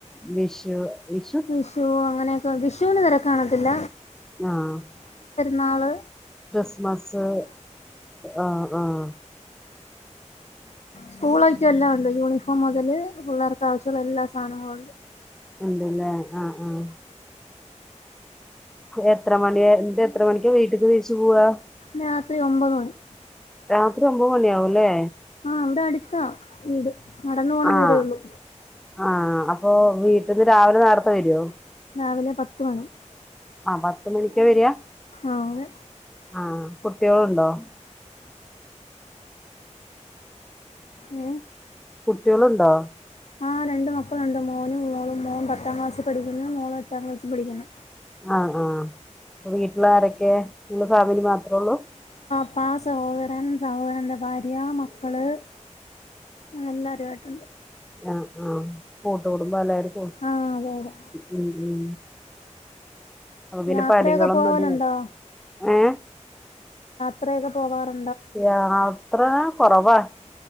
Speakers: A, in the centre; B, on the left.
A: വിഷു വി
B: വിഷു അങ്ങനെയൊക്കെ വിഷുവിന് തിര കാണത്തില്ല
A: ആഹ
B: നാള്
A: ക്രിസ്മസ് ആഹ ആഹ
B: സ്കൂളയിറ്റം എല്ലാം ഉണ്ട് യൂണിഫോം മുതല് പിള്ളേർക്ക് ആവശ്യമുള്ള എല്ലാ സാധനങ്ങളും ഉണ്ട്.
A: ഉണ്ട്ല്ലേ ആഹ ആഹ എത്ര മണിന്റെ എത്ര മണിക്ക്‌ വീട്ടക്ക് തിരിച്ചു പോവാ
B: രാത്രി ഒമ്പത് മണി
A: രാത്രി ഒമ്പത് മണിയാകുംല്ലേ
B: ആ ഇവിടെ അടുത്താ വീട് നടന്നു പോണ
A: ആഹ്
B: ദൂരേ ഉള്ളു
A: ആഹ് അപ്പൊ വീട്ടിന്ന് രാവിലെ നേരത്തെ വരുവൊ
B: രാവിലെ പത്ത് മണി
A: ആ പത്തുമണിക്കാ വരിക
B: ആഹ് അതെ
A: ആഹ കുട്ടികളുണ്ടോ
B: ഏ
A: കുട്ടിളുണ്ടോ
B: ആ രണ്ട് മക്കളുണ്ട് മോനും മോളും മോൻ പത്താം ക്ലാസ്സിൽ പഠിക്കുന്നു മോള് എട്ടാം ക്ലാസ്സിൽ പഠിക്കുന്നു
A: ആഹ ആഹ അപ്പ വീട്ടിലാരൊക്കെ നിങ്ങള് ഫാമിലി മാത്രേ ഉള്ളൂ
B: ഉപ്പാ സഹോദരൻ സഹോദരന്റെ ഭാര്യ മക്കള് അ എല്ലാരുവായിട്ടൊണ്ട്
A: ആഹ് ആഹ് കൂട്ട് കൂടുമ്പാ എല്ലാരും കൂടും
B: ആഹ് അതെ അതെ
A: ഉം ഉം അപ്പൊ പിന്നെ
B: യാത്രയൊക്കെ
A: പണികളൊന്നും
B: പോവലുണ്ടോ
A: അധികം ഏ
B: ത്രയൊക്കെ പോവാറ്
A: യാത്ര കൊറവാ